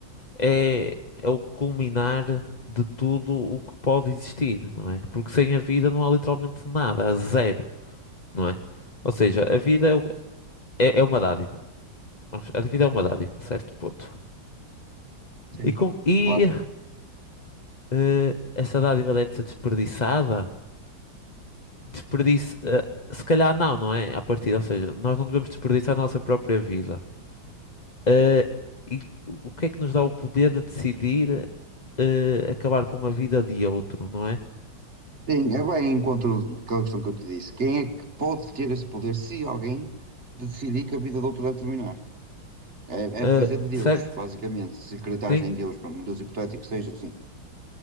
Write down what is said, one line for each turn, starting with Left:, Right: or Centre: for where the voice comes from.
Left: é, é o culminar de tudo o que pode existir, não é? Porque sem a vida não há literalmente nada, há zero, não é? Ou seja, a vida é, o- é- é uma dádiva. Vamos- A vida é uma dádiva, certo ponto.
Right: Sim,
Left: E, com, e
Right: claro.
Left: eh, essa dádiva deve ser desperdiçada? Desperdício. eh, se calhar não, não é? À partida, ou seja, nós não devemos desperdiçar a nossa própria vida. Eh, e o que é que nos dá o poder de decidir eh, acabar com a vida de outro, não é?
Right: Sim, é bem em encontro daquela questão que eu te disse. Quem é que pode ter esse poder se alguém decidir que a vida do outro vai terminar? É,
Left: Eh,
Right: é fazer de Deus,
Left: certo,
Right: basicamente. Se acreditares
Left: sim.
Right: em Deus, pronto, um Deus hipotético que seja, sim.